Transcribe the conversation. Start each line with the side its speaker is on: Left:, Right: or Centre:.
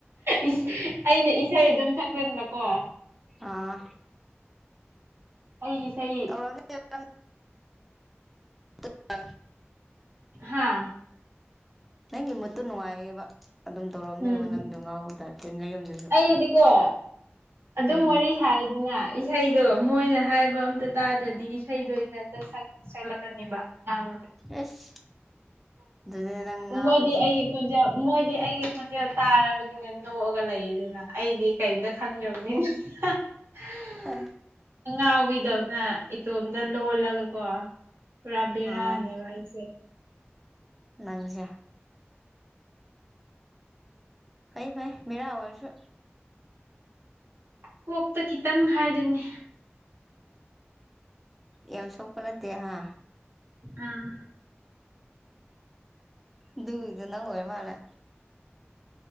Right: ꯏꯁ ꯑꯩꯅ ꯏꯁꯩ ꯑꯗꯨꯝ ꯁꯛꯆꯤꯟꯕꯀꯣ
Centre: ꯑꯥ
Right: ꯑꯩ ꯏꯁꯩ
Centre: <unintelligible> <unintelligible>
Right: ꯍꯥꯥ
Centre: ꯅꯪꯒꯤ ꯃꯨꯠꯇꯣ ꯅꯨꯡꯉꯥꯏꯌꯦꯕ ꯑꯗꯨꯝ ꯇꯧꯔꯝꯅꯦꯕꯣ
Right: ꯎꯝ
Centre: ꯅꯪꯗꯣ ꯉꯥꯎꯕ ꯇꯥꯏꯞꯇ ꯅꯌꯨꯝꯗꯁꯨ
Right: ꯑꯩꯗꯤꯀꯣ ꯑꯗꯨꯝ
Centre: ꯎꯝ
Right: ꯋꯥꯔꯤ ꯁꯥꯔꯦꯗꯅ ꯏꯁꯩꯗꯣ ꯃꯣꯏꯅ ꯍꯥꯏꯕ ꯑꯝꯇ ꯇꯥꯗ꯭ꯔꯗꯤ ꯏꯁꯩꯗꯣ ꯏꯇꯟꯇ ꯁꯛ ꯁꯛꯂꯛꯀꯅꯤꯕ ꯅꯪ
Centre: ꯑꯦꯁ ꯑꯗꯨꯅꯦ ꯅꯪ
Right: <unintelligible>
Centre: ꯉꯥꯎꯔꯤꯁꯦ
Right: ꯃꯣꯏꯗꯤ ꯑꯩꯗꯤ ꯈꯣꯟꯖꯦꯜ ꯃꯣꯏꯗꯤ ꯑꯩꯒꯤ ꯈꯣꯟꯖꯦꯜ ꯇꯥꯔꯕꯅꯤꯅ ꯅꯣꯛꯑꯒ ꯂꯩꯔꯦꯗꯅ ꯑꯩꯗꯤ ꯀꯔꯤꯃꯇ ꯈꯪꯗ꯭ꯔꯕꯅꯤ <unintelligible>
Centre: ꯍꯥ
Right: ꯑꯉꯥꯎꯕꯤꯗꯧꯅ ꯏꯇꯣꯝꯇ ꯂꯣꯜꯂꯒꯀꯣ ꯄꯨꯔꯥ ꯕꯦꯔꯥꯅꯦꯕ
Centre: ꯑꯥ
Right: ꯑꯩꯁꯦ
Centre: ꯅꯪꯁꯦ ꯐꯩ ꯐꯩ ꯚꯦꯔꯥ ꯑꯣꯏꯔꯁꯨ
Right: ꯀꯣꯛꯇ ꯈꯤꯇꯪ ꯍꯥꯏꯗꯨꯅꯤ
Centre: ꯌꯥꯝ ꯁꯣꯛꯄ ꯅꯠꯇꯦ ꯍꯥ
Right: ꯎꯝ
Centre: ꯑꯗꯨꯒꯤꯗꯣ ꯅꯪ ꯑꯣꯏꯔꯃꯥꯜꯂꯦ